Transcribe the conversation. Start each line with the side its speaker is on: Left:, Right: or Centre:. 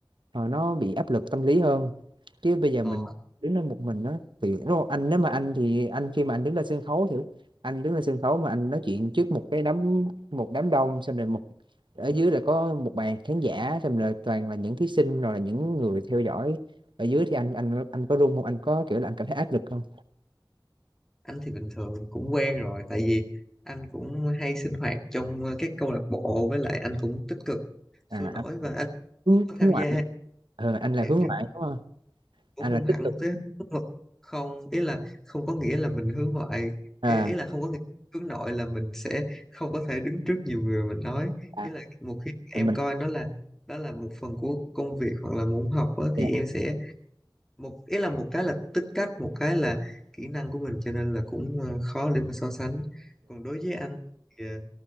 Right: ờ, nó bị áp lực tâm lý hơn chứ bây giờ
Centre: ờ,
Right: mình đứng lên một mình đó thì đúng không? anh nếu mà anh thì anh khi mà anh đứng lên sân khấu thì anh đứng lên sân khấu mà anh nói chuyện trước một cái đám một đám đông xong rồi một ở dưới là có một bàn khán giả xong rồi toàn là những thí sinh rồi là những người theo dõi ở dưới thì anh anh anh có run không anh có kiểu là anh cảm thấy áp lực không
Centre: anh thì bình thường cũng quen rồi tại vì anh cũng hay sinh hoạt trong ờ, các câu lạc bộ với lại anh cũng tích cực
Right: à
Centre: sôi nổi
Right: anh
Centre: và anh
Right: hướng,
Centre: có
Right: hướng
Centre: tham
Right: ngoại
Centre: gia
Right: ờ, anh là
Centre: dẫn
Right: hướng
Centre: chương
Right: ngoại đúng không
Centre: cũng
Right: anh
Centre: không
Right: là
Centre: hẳn
Right: tích cực
Centre: tới hướng ngoại không ý là không có nghĩa là mình hướng ngoại
Right: à,
Centre: ý, ý là không có nghĩa hướng nội là mình sẽ không có thể đứng trước nhiều người mình nói
Right: à
Centre: ý là một khi em
Right: mình
Centre: coi nó là đó là một phần của công việc hoặc là môn học á,
Right: yeah,
Centre: thì em sẽ một ý là một cái là tính cách một cái là kỹ năng của mình cho nên là cũng ờ, khó để mà so sánh còn đối với anh thì ờ,